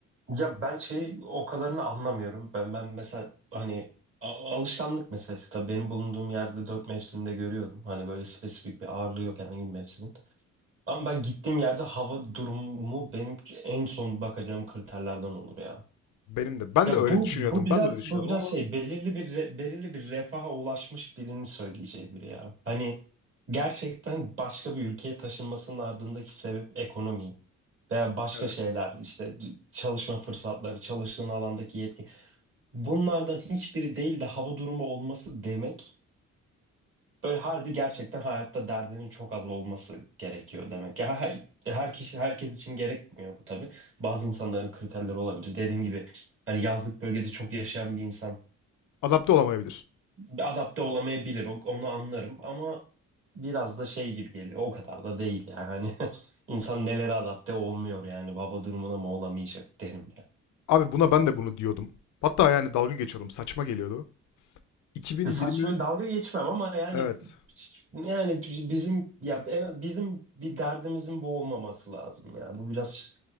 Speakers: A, on the right; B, on the left.
A: ya ben şey o kadarını anlamıyorum. Ben ben mesela hani a- alışkanlık meselesi tabii benim bulunduğum yerde dört mevsimde görüyorum. Hani böyle spesifik bir ağırlığı yok herhangi bir mevsimin. Ama ben gittiğim yerde hava durumu benim en son bakacağım kriterlerden olur ya.
B: Benim de. Ben
A: Ya
B: de öyle
A: bu
B: düşünüyordum.
A: bu biraz
B: Ben de öyle düşünüyordum
A: bu biraz
B: ama
A: şey belirli bir re- belirli bir refaha ulaşmış birini söyleyeceği biri ya. Hani gerçekten başka bir ülkeye taşınmasının ardındaki sebep ekonomi. veya başka
B: evet.
A: şeyler işte c- çalışma fırsatları, çalıştığın alandaki yetki. Bunlardan hiçbiri değil de hava durumu olması demek böyle harbi gerçekten hayatta derdinin çok az olması gerekiyor demek. Ya her, her kişi herkes için gerekmiyor bu tabii. Bazı insanların kriterleri olabilir. Dediğim gibi hani yazlık bölgede çok yaşayan bir insan
B: Adapte olamayabilir.
A: adapte olamayabilir. O- Onu anlarım ama biraz da şey gibi geliyor. O kadar da değil yani. Hani <laughs> insan nelere adapte olmuyor yani. Hava durumuna mı olamayacak derim.
B: Abi buna ben de bunu diyordum. Hatta yani dalga geçiyordum. Saçma geliyordu. 2020
A: Ya Saçma dalga geçmem ama yani
B: evet.
A: yani bizim ya en, bizim bir derdimizin bu olmaması lazım ya. Bu biraz